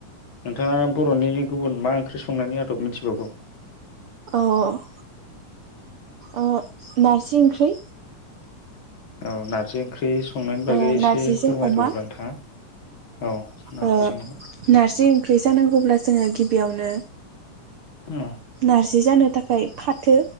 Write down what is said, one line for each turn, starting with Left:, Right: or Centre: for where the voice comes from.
Left: नोंथाङा बर'नि गुबुन मा ओंख्रि संनायनि आदब मिथिबावगौ
Right: अह अ नारजि इंख्रै
Left: औ नार्जि ओंख्रि संनायनि बागै
Right: ओ
Left: एसे
Right: नारजिजों
Left: फोरमायदो
Right: अमा
Left: अब्ला नोंथाङा औ नारजि
Right: ओ
Left: सं
Right: नारजि ओंख्रि जानांगौब्ला जोङो गिबियावनो
Left: औ
Right: नारजि जानो थाखाय फाथो